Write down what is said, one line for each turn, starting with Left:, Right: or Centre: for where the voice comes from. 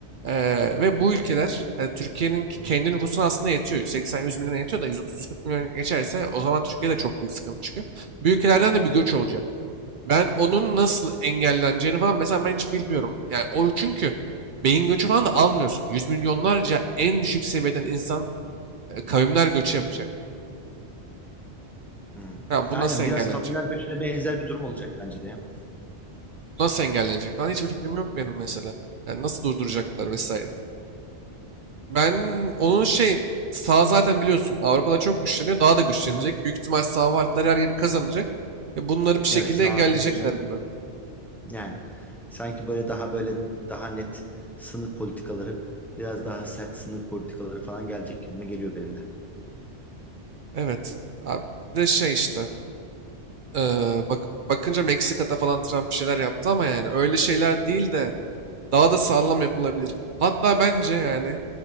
Right: Eee, ve bu ülkeler yani Türkiye'nin ki-
Centre: Hı
Right: kendi
Centre: hı,
Right: nüfusuna aslında yetiyor. 80-100 milyona yetiyor da 130-140 milyona geçerse o zaman Türkiye'de çok büyük sıkıntı çıkıyor. Bu ülkelerden de
Centre: hı hı,
Right: bir göç olacak. Ben onun nasıl engelleneceğini falan mesela ben hiç bilmiyorum. Yani o çünkü beyin göçü falan da almıyorsun. Yüz milyonlarca en düşük seviyeden insan e, kavimler göçü yapacak.
Centre: hı
Right: Ya bu
Centre: Aynen
Right: nasıl engellenecek?
Centre: biraz kavimler göçüne benzer bir durum olacak bence de ya.
Right: Bu nasıl engellenecek falan hiçbir fikrim yok benim mesela. Yani nasıl durduracaklar vesaire. Ben onun şey sağ zaten biliyorsun Avrupa'da çok güçleniyor. Daha da güçlenecek.
Centre: Hı hı.
Right: Büyük ihtimal sağ partiler her yeri kazanacak. E, bunları bir şekilde
Centre: Evet sağ
Right: engelleyecekler
Centre: aklım
Right: gibi.
Centre: Yani sanki böyle daha böyle daha net sınır politikaları, biraz daha sert sınır politikaları falan gelecek gibime geliyor benim de.
Right: Evet. Abi, bir de şey işte. e, bak, bakınca Meksika'da falan Trump bir şeyler yaptı ama yani öyle şeyler değil de daha da sağlam yapılabilir. Hatta bence yani